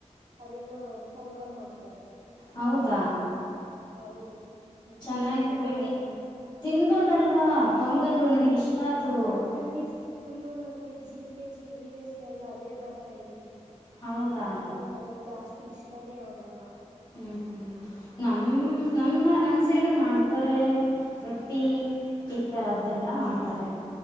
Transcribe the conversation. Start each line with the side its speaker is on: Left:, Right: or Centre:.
Right: ಅದೇನು ಪೊಂಗಲ್ ಮಾಡ್ತಾರೆ
Left: ಹೌದಾ
Right: ಹೌದು ತಿನ್ನೋಕ್ಕೆ
Left: ಚೆನ್ನಾಗಿ ಬಿಡಿ
Right: ಆಗಲ್ಲ
Left: ತಿನ್ಬೋದಲ್ವಾ ಪೊಂಗಲ್ ನನಗಿಷ್ಟ ಅದು.
Right: ತ್ರಲಿಫ್ ಫುಲ್ಲು ನನಗೆ ಜೀರಿಗೆ ಜೀರಿಗೆ ಸ್ಮೆಲ್ ಅದೇ ಬರ್ತಾ ಇರುತ್ತೆ
Left: ಹೌದಾ
Right: ನಂಗ ಅದು ಜಾಸ್ತಿ ಇಷ್ಟಾನೇ ಆಗಲ್ಲ
Left: ಹ್ಮ್ ಹ್ಮ್ ನಮ್ ನಮ್ಮನ್ನ
Right: ಹ
Left: ನಮ್ ಸೈಡು ಮಾಡ್ತಾರೆ ರೊಟ್ಟಿ ಈ ತರದ್ದೆಲ್ಲ ಮಾಡ್ತಾರೆ